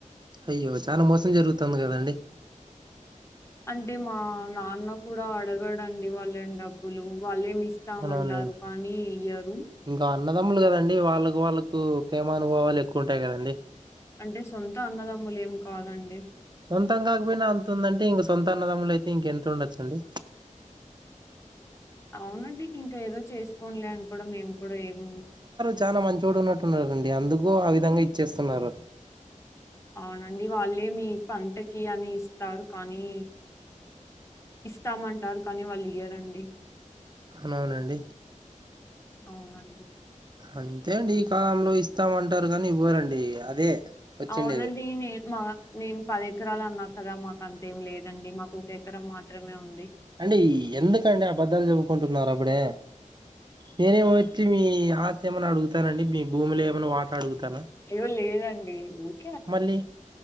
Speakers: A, on the right; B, on the left.
A: అయ్యో, చాన మోసం జరుగుతుంది కదండి.
B: అంటే మా నాన్న కూడా అడగడండి వాళ్ళన్ డబ్బులు వాళ్ళేమిస్ తామంటారు
A: అవునవునులేండి
B: కానీ ఇయ్యరు
A: ఇంకా అన్నదమ్ములు కదండి, వాళ్ళకు వాళ్ళకు ప్రేమ అనుభవాలు ఎక్కువ ఉంటాయి కదండి.
B: అంటే సొంత అన్నదమ్ములు ఏం కాదండి.
A: సొంతం కాకపోయినా అంటుందటే, ఇంక సొంత అన్నదమ్ములు అయితే ఇంక ఎంత ఉండొచ్చండి.
B: అవునండి ఇంకా ఏదో చేసుకోన్లే అని కూడా మేం కూడ ఏం
A: చాన మంచోడు ఉన్నట్టున్నరండి అందుకు ఆ విధంగ ఇచ్చేస్తున్నరు.
B: అవునండి వాళ్ళేమి పంటకి అనేస్ తారు కానీ, ఇస్తామంటారు కానీ వాళ్ళు ఇయ్యరండి.
A: అవునవునండి
B: అవునండి
A: అంతే అండి ఈ కాలంలో ఇస్తామంటారు కానీ ఇవ్వరండి అదే. వచ్చిండేది
B: అవునండి నేన్ మా నేన్ పది ఎకరాలు అన్నా కదా, మాకు అంతేం లేదండి మాకు ఒక ఎకరం మాత్రమే ఉంది.
A: అండి ఈ ఎందుకండి అబద్దాలు చెప్పుకుంటున్నారు అప్పుడే? నేనేమో వచ్చి మీ ఆస్తి ఏమైన్నా అడుగుతానండి? మీ భూమిల ఏమైన వాట అడుగుతానా?
B: యో లేదండి ఉట్
A: మళ్ళీ,